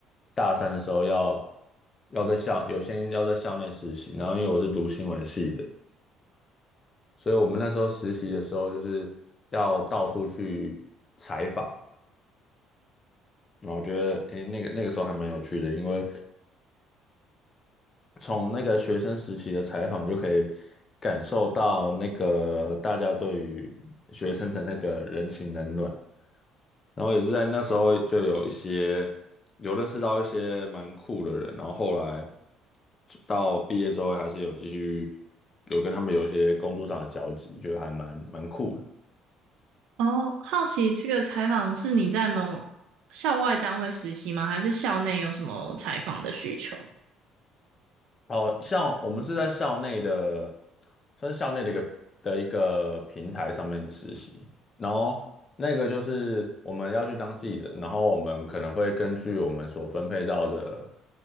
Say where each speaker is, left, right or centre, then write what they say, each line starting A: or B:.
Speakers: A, on the left; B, on the right.
A: 大三的时候要要在校有些要在校内实习，然后因为我是读新闻系的，所以我们那时候实习的时候就是要到处去采访。那我觉得，诶，那个那个时候还蛮有趣的，因为从那个学生时期的采访就可以感受到那个大家对于学生的那个人情冷暖，然后也是在那时候就有一些有认识到一些蛮酷的人，然后后来到毕业之后还是有继续有跟他们有一些工作上的交集，就还蛮蛮酷的。
B: 哦，好奇这个采访是你在某校外单位实习吗？还是校内有什么采访的需求？
A: 哦，像我们是在校内的，算是校内的一个的一个平台上面实习，然后那个就是我们要去当记者，然后我们可能会根据我们所分配到的